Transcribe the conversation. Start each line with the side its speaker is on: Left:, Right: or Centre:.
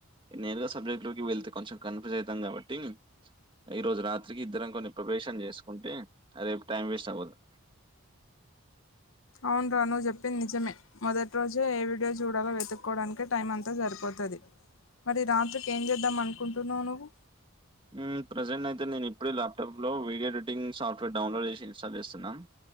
Right: నేనుగా సబ్జెక్ట్ లోకి వెళ్తే కొంచెం కన్ఫ్యూజ్ అయితాం కాబట్టి ఈ రోజు రాత్రికి ఇద్దరం కొన్ని ప్రిపరేషన్ చేసుకుంటే ఆ రేపు టైం వేస్ట్ అవ్వద్దు
Left: అవును రా నువ్వు చెప్పింది నిజమే మొదటి రోజే ఏ వీడియో చూడాలో వెతుక్కోవడానికి టైం అంతా సరిపో తది మరి ఈ రాత్రికి ఏం చేద్దాం అనుకుంటున్నావు నువ్వు
Right: మ్ ప్రజెంట్ అయితే నేను ఇప్పుడు ల్యాప్టాప్లో వీడియో ఎడిటింగ్ సాఫ్ట్వేర్ డౌన్లోడ్ చేసి ఇన్స్టాల్ చేస్తున్నా